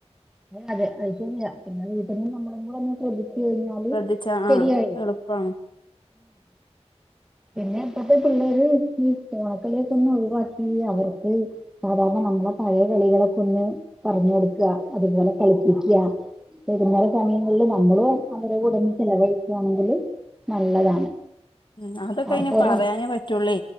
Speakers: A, in the centre; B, on the left.
A: അതെ അതെ അത്ശെരിയാ പിന്നെ വീട്ട്ന്ന് നമ്മളും കൂടൊന്ന് ശ്രദ്ധി ച്ച് കഴിഞ്ഞൽ
B: ശ്രദ്ധിച്ചാ
A: ശെരിയായി
B: ആഹ് എളുപ്പാണ്
A: പിന്നെപ്പത്തെ പിള്ളേര് ഈ ഫോണ് കള്യൊക്കൊന്നൊഴിവാക്കി അവർക്ക് സാധാരണ നമ്മളെ പഴേ കളികളൊക്കൊന്ന് പറഞ് കൊട്ക്ക ക്ക അതുപോലെ കളിപ്പിക്ക വൈകുന്നേരം സമയങ്ങളിൽ നമ്മളും അവരെ കൂടൊന്ന് ചെലവഴി ക്കാണെങ്കിൽ നല്ലതാണ്
B: മ്മ് അതൊക്കയ്ന്
A: അവർക്ക് ഓരോ
B: പറ്യാനേ പറ്റൊള്ളേ